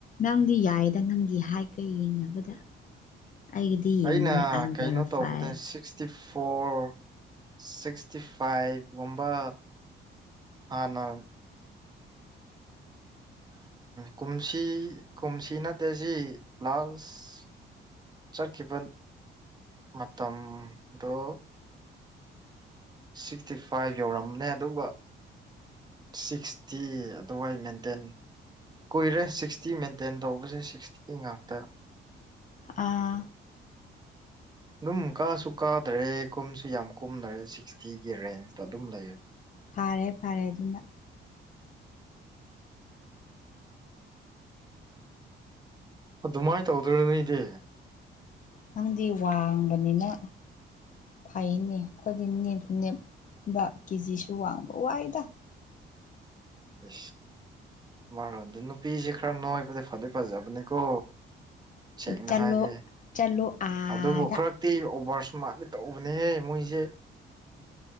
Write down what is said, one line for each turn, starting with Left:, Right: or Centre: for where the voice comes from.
Left: ꯅꯪꯗꯤ ꯌꯥꯏꯌꯦꯗ ꯅꯪꯒꯤ ꯍꯥꯏꯇꯀ ꯌꯦꯡꯅꯕꯗ ꯑꯩꯒꯤꯗꯤ ꯌꯦꯡꯉꯨꯅꯦ
Right: ꯑꯩꯅ
Left: ꯑꯟꯗꯔ
Right: ꯀꯩꯅꯣ ꯇꯧꯕꯗ
Left: ꯐꯥꯏꯚ
Right: ꯁꯤꯛꯁꯇꯤ ꯐꯣꯔ ꯁꯤꯛꯁꯇꯤ ꯐꯥꯏꯚꯀꯨꯝꯕ ꯍꯥꯅ
Left: <inaudible>
Right: ꯀꯨꯝꯁꯤ ꯀꯨꯝꯁꯤ ꯅꯠꯇꯁꯤ ꯂꯥꯁ ꯆꯠꯈꯤꯕ ꯃꯇꯝꯗꯨ ꯁꯤꯛꯁꯇꯤ ꯐꯥꯏꯚ ꯌꯧꯔꯝꯕꯅꯦ ꯑꯗꯨꯒ ꯁꯤꯛꯁꯇꯤ ꯑꯗꯨꯋꯥꯏ ꯃꯦꯟꯇꯦꯟ ꯀꯨꯏꯔꯦ ꯁꯤꯛꯁꯇꯤ ꯃꯦꯟꯇꯦꯟ ꯇꯧꯕꯁꯦ ꯁꯤꯛꯁꯇꯤ ꯉꯥꯛꯇ
Left: ꯑꯥ
Right: ꯑꯗꯨꯝ ꯀꯥꯁꯨ ꯀꯥꯗꯔꯦ ꯀꯨꯝꯁꯨ ꯌꯥꯝ ꯀꯨꯝꯅꯔꯦ ꯁꯤꯛꯁꯇꯤꯒꯤ ꯔꯦꯟꯖꯇ ꯑꯗꯨꯝ ꯂꯩꯌꯦ
Left: ꯐꯥꯔꯦ ꯐꯥꯔꯦ ꯑꯗꯨꯅ
Right: ꯑꯗꯨꯃꯥꯏꯅ ꯇꯧꯗ꯭ꯔꯅꯤ ꯏꯗꯤ
Left: ꯅꯪꯗꯤ ꯋꯥꯡꯕꯅꯤꯅ ꯐꯩꯅꯦ ꯑꯩꯈꯣꯏꯗꯤ ꯅꯦꯝꯁꯨ ꯅꯦꯝꯕ ꯀꯦꯖꯤꯁꯨ ꯋꯥꯡꯕ ꯋꯥꯏꯗ
Right: ꯎ ꯔꯣꯗ ꯅꯨꯄꯤꯁꯦ ꯈꯔ ꯅꯣꯏꯕꯗꯤ ꯐꯗꯦ ꯐꯥꯖꯕꯅꯦ ꯀꯣ ꯁꯦꯡꯅ
Left: ꯆꯠꯂꯣ
Right: ꯍꯥꯏꯒꯦ
Left: ꯆꯠꯂꯣ ꯑꯥꯗ
Right: ꯑꯗꯨꯕꯨ ꯈꯔ ꯤ ꯑꯣꯚꯔꯁ ꯃꯥꯗꯤ ꯇꯧꯕꯅꯦꯍꯦ ꯃꯣꯏꯁꯦ